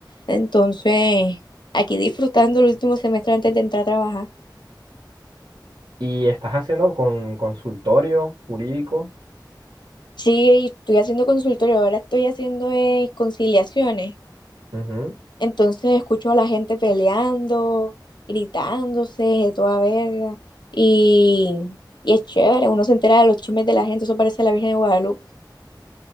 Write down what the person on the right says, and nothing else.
¿Y estás haciendo con consultorio jurídico?
Ujú.